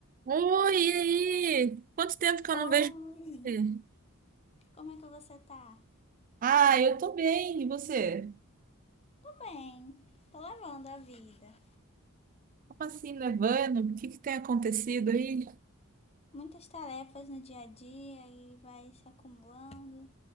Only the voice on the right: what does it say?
Oi, e aí? Quanto tempo que eu não
vejo você?
Ah, eu tô bem. E você?
Como assim, nevando? O que que tem acontecido aí?